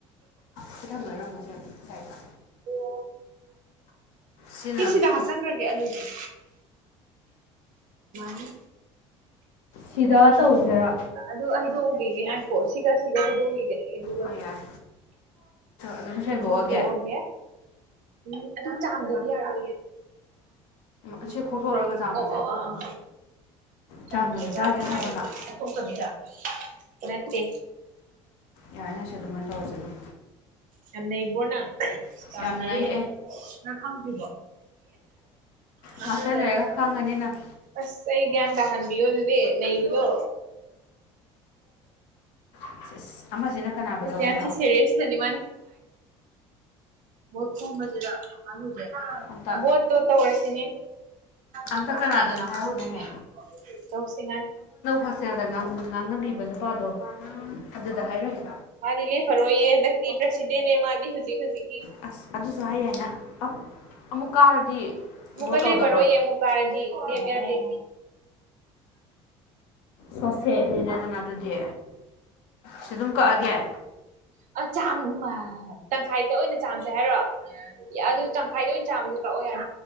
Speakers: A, on the left; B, on the right.
A: ꯈꯤꯊꯪ ꯑꯣꯏꯔꯔꯝꯃꯣꯁꯦ ꯁꯥꯏꯠꯇ
B: ꯑꯣ
A: ꯁꯤꯅ
B: ꯁꯤ ꯁꯤꯗ ꯍꯥꯞꯆꯟꯈ꯭ꯔꯒꯦ ꯑꯂꯨꯁꯦ ꯅꯤ ꯁꯤꯗꯥ
A: ꯁꯤꯗ
B: ꯇ
A: ꯇꯧꯁꯤꯔꯥ
B: ꯑꯗꯨ ꯍ ꯍꯥꯏꯗꯣꯛꯈꯤꯒꯦ ꯉꯥꯏꯀꯣ ꯁꯤꯒ ꯁꯤꯒ ꯍꯩꯗꯣꯛꯏꯒꯦ ꯒꯦ
A: ꯍꯣꯏ ꯌꯥꯏ ꯑꯗꯨꯝ ꯁꯦꯡꯗꯣꯛꯑꯒꯦ
B: ꯍꯧꯒꯦ ꯎꯝ ꯑꯗꯨ ꯆꯥꯝꯗꯗꯤ ꯌꯥꯔꯣꯏꯌꯦ
A: ꯑꯁꯤꯒ
B: ꯏꯦ ꯀꯇꯒꯖꯥꯡ
A: ꯆꯥꯝꯃ
B: ꯑꯣ ꯑꯣ ꯑꯣ ꯆꯥꯡꯄꯗ
A: ꯆꯥꯝꯗꯅ ꯆꯥꯒꯦ ꯍꯥꯏꯕ꯭ꯔꯥ
B: ꯅꯠꯇꯦ
A: ꯌꯥꯏꯅ ꯁꯤ ꯑꯗꯨꯃꯥꯏꯅ ꯇꯧꯔꯁꯦ ꯑꯗꯨꯝ
B: ꯌꯥꯝꯟꯅꯕꯣꯅ ꯀ
A: ꯌꯥꯝ ꯅꯩ
B: ꯑꯦ ꯅꯪ ꯈꯪꯗ꯭ꯔꯤꯅꯦꯣꯟ ꯂꯩꯔꯒ
A: ꯉꯥꯛꯇ ꯈꯪꯉꯅꯤ ꯅꯪ
B: ꯑꯁ ꯑꯩ ꯭ꯟ ꯇꯥꯍꯟꯕꯤꯣ ꯑꯗꯨꯗꯤ ꯅꯕꯨꯂꯣ
A: ꯑꯁ ꯑꯃꯁꯤꯅ ꯀꯅꯥꯕꯨ ꯇꯧꯔꯤꯅꯣ
B: ꯌꯥꯝ ꯊꯤ ꯁꯦꯔꯤꯌꯁꯇꯅꯤ ꯠ ꯈ ꯃꯖꯥꯗ ꯑꯂꯨ
A: ꯑꯝꯇ
B: ꯇ ꯇ ꯑꯣꯏꯔꯁꯤꯅꯦ ꯑꯝ
A: ꯇ
B: ꯀ
A: ꯀꯅꯥꯗꯅꯣ
B: ꯀꯅꯥ ꯑꯗꯨꯅ
A: ꯍꯥꯏꯍꯧꯗꯣꯏꯅꯦ
B: ꯍꯗꯤ ꯃ ꯇꯧ ꯁꯤ
A: ꯍꯣꯁꯇꯦꯜꯗ ꯉꯥꯡꯅꯕꯤꯕ ꯅꯨꯄꯥꯗꯣ ꯑꯗꯨꯗ ꯍꯥꯏꯔꯝꯃꯨ
B: ꯃꯥꯗꯤ ꯂꯦꯐꯔꯣꯏꯌꯦ ꯍꯟꯗꯛꯇꯤ ꯄ꯭ꯔꯁꯤꯗꯦꯅꯦ ꯃꯥꯗꯤ ꯍꯧꯨꯖꯤꯛ ꯍꯧꯨꯖꯤꯛꯀꯤ
A: ꯑꯁ ꯑꯗꯨꯁꯨ ꯍꯥꯏ ꯍꯥꯏꯅ ꯑ ꯑꯃꯨꯛꯀꯥꯔꯗꯤ
B: ꯑꯃꯨꯛꯀ
A: ꯕꯣ ꯇꯧꯗꯕ꯭ꯔꯣ
B: ꯂꯦꯞꯄꯔꯣꯏꯌꯦ ꯑꯃꯨꯛ ꯀꯥꯔꯗꯤ ꯂꯦꯞ ꯌꯥꯗꯦ
A: ꯁꯣꯁꯦꯠꯅꯤꯅꯗꯅ ꯑꯗꯨꯗꯤ ꯁꯤ ꯑꯗꯨꯝ ꯀꯛꯑꯒꯦ
B: ꯑ ꯆꯥꯝ ꯇꯪꯈꯥꯏꯗ ꯑꯣꯏꯅ ꯆꯥꯝꯃꯁꯦ ꯍꯥꯏꯔꯣ ꯑꯗꯨ ꯇꯪꯈꯥꯏꯗ ꯑꯣꯏꯅ ꯆꯥꯝꯃꯁ ꯌꯥꯝ